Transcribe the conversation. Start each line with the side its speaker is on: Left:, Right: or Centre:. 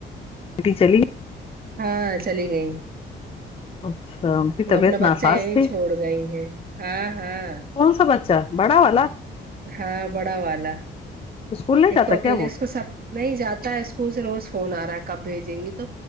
Left: بیٹی چلی گئی
Right: ہاں چلی گئی
Left: اچھا کی
Right: وہ
Left: طبیعت
Right: اپنا بچہ
Left: ناساز
Right: یہیں
Left: تھی
Right: چھوڑ گئی ہے ہاں ہاں
Left: کون سا بچہ بڑا والا
Right: ہاں بڑا والا
Left: اسکول نہیں
Right: ایک
Left: جاتا
Right: تو
Left: کیا
Right: اکیلے
Left: وہ
Right: اس کو سب نہیں جاتا ہے اسکول سے روز فون آ رہا ہے کب بھیجیں گی تو